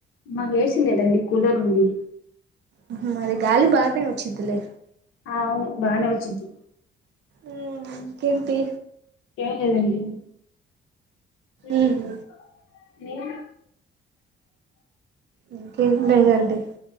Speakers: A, on the left (about 90°); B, on the right (about 60°).
A: మాకు ఏసి లేదండి కూలర్ ఉంది
B: అహా మరి గాలి బానే వచ్చిద్దిలే
A: అవును బాగనే వచ్చిద్ది
B: ఉ ఇంకేంటి
A: ఏదండి మీరు
B: ఉమ్
A: మీరు
B: ఇంకేం లేదండి